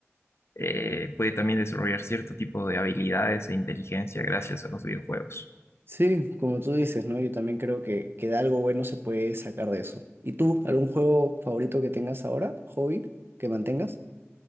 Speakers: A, on the left (about 60°); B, on the right (about 50°).
A: eh, puede también desarrollar cierto tipo de habilidades e inteligencia gracias a los videojuegos.
B: Sí, como tú dices, ¿no? Yo también creo que, que de algo bueno se puede sacar de eso. ¿Y tú, algún juego favorito que tengas ahora? ¿Hobby que mantengas?